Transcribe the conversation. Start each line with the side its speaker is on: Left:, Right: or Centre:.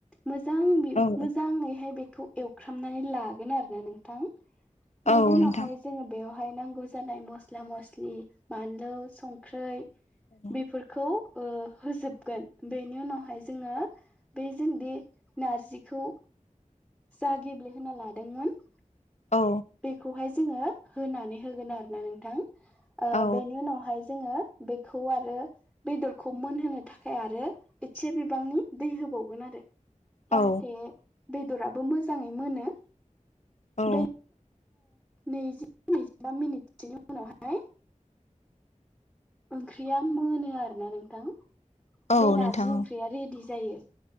Centre: मोजां
Left: औ
Centre: मोजाङैहाय बेखौ एवखामनानै लागोन आरोना नोंथां। बेनि
Left: औ
Centre: उनावहाय
Left: नोंथां
Centre: जोङो बेवहाय नांगौ जानाय मस्ला मस्लि मस्लि बानलु संख्रि
Left: औ
Centre: बेफोरखौ होजोबगोन बेनि उनावहाय जोङो बे जोंदि बे नारजिखौ जा <unintelligible>
Left: औ
Centre: बेखौहाय जोङो होनानै होगोन आरोना नोंथां ओ
Left: औ
Centre: बेनि उनावहाय जोङो बेखौ आरो बेदरखौ मोनहोनो थाखाय आरो एसे बिबांनि दै होबावगोन आरो
Left: औ
Centre: जाहाथे बेदराबो मोजांङै मोनो
Left: औ।
Centre: बे नैजि नैजिबा मिनिटसोनि उनावहाय ओंख्रिया मोनो आरोना नोंथां
Left: औ
Centre: बे
Left: नोंथां
Centre: नारजि ओंख्रिया रेडि जायो।